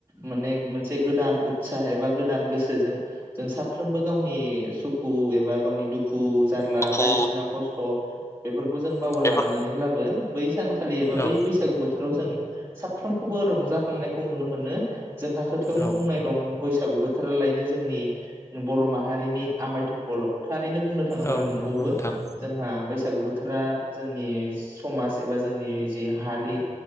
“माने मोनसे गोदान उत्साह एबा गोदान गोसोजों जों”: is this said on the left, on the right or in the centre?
Right